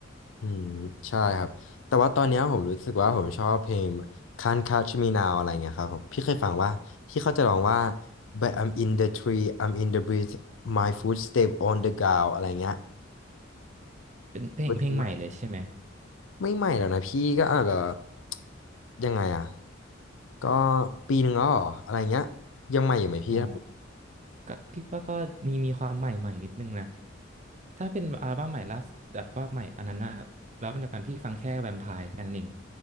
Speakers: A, on the left; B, on the right.
A: อืมใช่ครับแต่ว่าตอนเนี้ยผมรู้สึกว่าผมชอบเพลง Can't Catch Me Now อะไรเงี้ยครับผมพี่เคยฟังว่าที่เขาจะร้องว่า But I'm in the tree I'm in the breeze my footstep on the ground อะไรเงี้ย
B: เป็นเพลงเพลงใหม่เลยใช่ไหม
A: ก็คือว่าไม่ใหม่แล้วนะพี่ก็อาจแบบยังไงอ่ะก็ปีหนึ่งแล้วเหรออะไรเงี้ยยังใหม่อยู่ไหมพี่ครับ
B: อ๋อก็พี่ว่าก็มีมีความใหม่ใหม่นิดนึงนะ ถ้าเป็นอัลบั้มใหม่ล่าสุดแบบว่าใหม่อันนั้นน่ะแล้วมันเดียวกันพี่ฟังแค่แวมไพร์แค่นั้นเอง